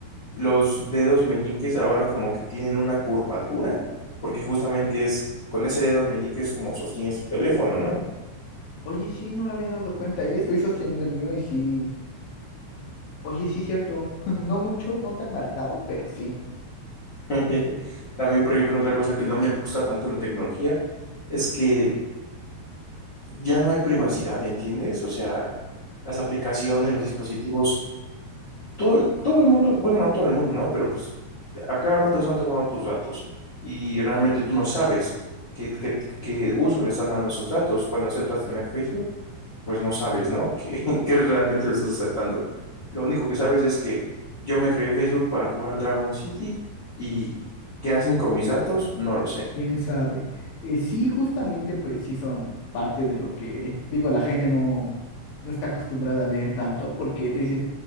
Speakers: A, on the left (about 35°); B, on the left (about 70°).
A: los dedos meñiques ahora como que tienen una curvatura, porque justamente es con ese dedo meñique es como sostienes tu teléfono, ¿no?
B: Oye, sí, no lo había dado cuenta, eh, Estoy sosteniendo el mío y sí. Oye, sí, cierto. <laughs> No mucho, no tan marcado, pero sí.
A: <laughs> También, por ejemplo, otra cosa que no me gusta tanto de la tecnología es que ya no hay privacidad, ¿entiendes? O sea, las aplicaciones, los dispositivos Todo, todo el mundo, bueno, no todo el mundo, ¿no? Pero pues a cada rato se han tomado tus datos y realmente tú no sabes qué, qué- qué uso le están dando esos datos. Cuando aceptas tener Facebook, pues no sabes, ¿no? <laughs> que que realmente lo estás aceptando? Lo único que sabes es que yo me creé Facebook para jugar Dragon City y ¿qué hacen con mis datos? No lo sé.
B: Quién sabe. Eh, sí, justamente, pues sí son parte de lo que, digo, la gente no, no está acostumbrada a leer tanto, porque tú dices,